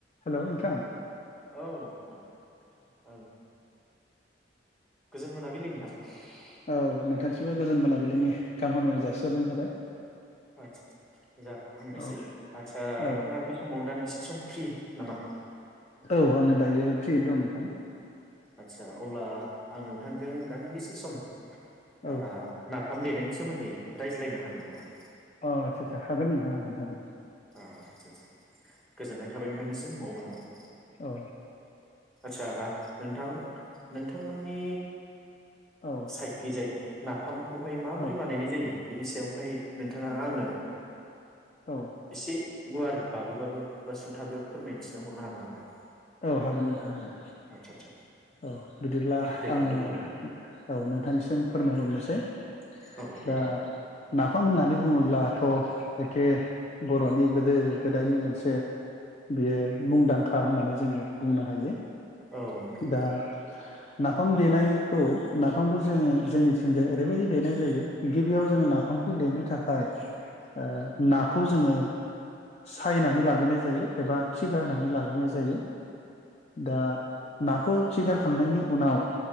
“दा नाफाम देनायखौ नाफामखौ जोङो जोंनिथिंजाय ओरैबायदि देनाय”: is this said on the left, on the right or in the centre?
Left